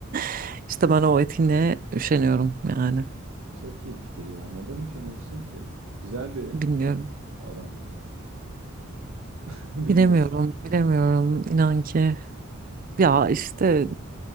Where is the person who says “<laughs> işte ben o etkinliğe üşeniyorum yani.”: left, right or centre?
Right